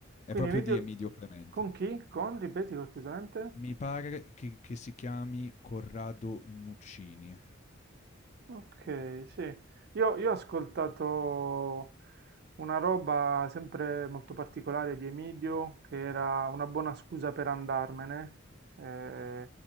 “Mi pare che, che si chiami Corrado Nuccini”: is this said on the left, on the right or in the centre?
Left